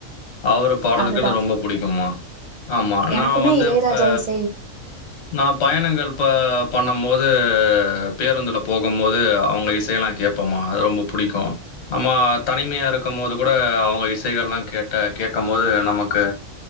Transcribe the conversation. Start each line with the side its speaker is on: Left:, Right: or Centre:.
Left: அவரு பாடலுகள்ல்ல
Right: அதுதா
Left: ரொம்ப புடிக்குமா ஆமா
Right: எனக்குமே
Left: நா வந்துப்ப
Right: இளையராஜா இசை
Left: நா பயணங்கள் ப பண்ணும்போது பேருந்தில போகும்போது அவங்க இசையலாம் கேப்ப <unintelligible> அது ரொம்ப புடிக்கும் நம்ம தனிமையா இருக்கும் போது கூட அவங்க இசைகள்ல்லாம் கேட்டு க கேட்க போது நமக்கு